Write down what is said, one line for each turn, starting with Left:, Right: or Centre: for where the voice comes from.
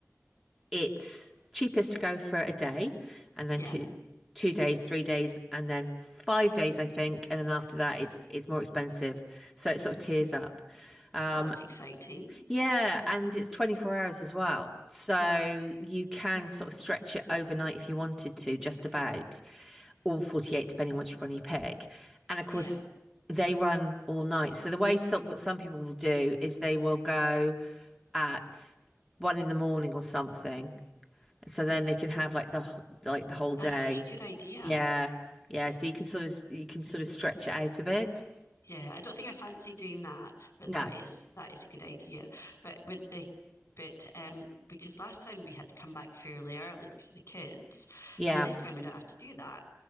Centre: it's cheapest to go for a day and then
Left: Yeah.
Centre: two two days, three days, and then five days, I think. And then after that it's it's more expensive. So it sort of tiers up. Um
Left: Well, that's exciting.
Centre: yeah, and it's 24 hours as well. So you can sort of stretch it overnight if you wanted to, just about, or 48, depending on which one you pick. And of course
Left: Yeah.
Centre: they run all night. So the way some, what some people will do is they will go at one in the morning or something so then they can have like the wh- like the whole day.
Left: That's such a good idea.
Centre: Yeah. Yeah. So you can sort of you can sort of stretch it out a bit.
Left: Yeah, I don't think I fancy doing that, but
Centre: No.
Left: that is that is a good idea. But with the bit, um because last time we had to come back fairly early because of the kids.
Centre: Yeah.
Left: So this time we don't have to do that.